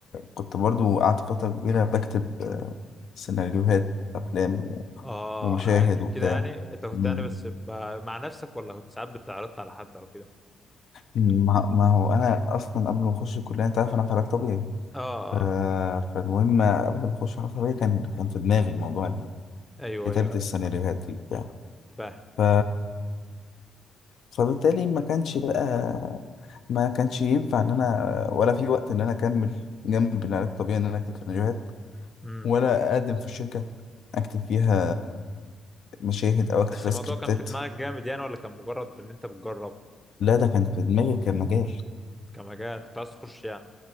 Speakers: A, on the left (about 65°); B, in the centre.
A: كنت برضو قعدت فتره كبيره بكتب آه، سيناريوهات افلام و...
B: اه
A: ومشاهد
B: حاجات من
A: وبتاع
B: كده يعني انت كنت
A: مم.
B: يعني بس ب... مع نفسك ولا كنت ساعات بتعرضت على حد او كده
A: مم. ما... ما هو انا اصلا قبل ما اخش الكليه انت عارف انا في علاج طبيعي
B: اه آه.
A: ف... فالمهم قبل ما اخش علاج طبيعي كان كان في دماغي موضوع
B: ايوه
A: كتابة
B: ايوه
A: السيناريوهات
B: ايوه
A: دي بتاع
B: فاهم
A: ف... فبالتالي ما كانش بقى ما كانش ينفع ان انا ولا في وقت ان انا اكمل جنب العلاج الطبيعي ان انا اكتب سيناريوهات
B: امم
A: ولا اقدم في الشركة اكتب فيها مشاهد او اكتب
B: بس
A: فيها
B: الموضوع
A: سكريبتات
B: كان في دماغك جامد يعني ولا كان مجرد ان انت بتجرب
A: لا ده كان في دماغي كان مجال
B: كمجال انت كنت عايز تخش يعني